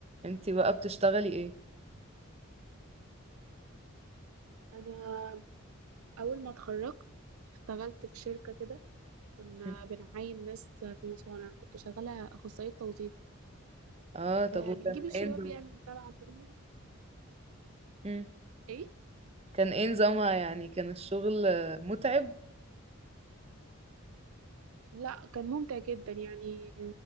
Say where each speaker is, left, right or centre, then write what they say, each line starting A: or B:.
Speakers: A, on the right (about 30°); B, on the right (about 75°).
A: انتي بقى بتشتغلي ايه
B: انا اول ما اتخرجت اشتغلت في شركه كده كنا
A: مم.
B: بنعين ناس في مصانع كنت شغاله اخصائيه توظيف
A: اه طب
B: آه
A: وكان
B: بنجيب الشباب
A: ايه نظام-
B: يعني طالعه كده
A: مم.
B: ايه
A: كان ايه نظامها يعني كان الشغل متعب
B: لا كان ممتع جدا يعني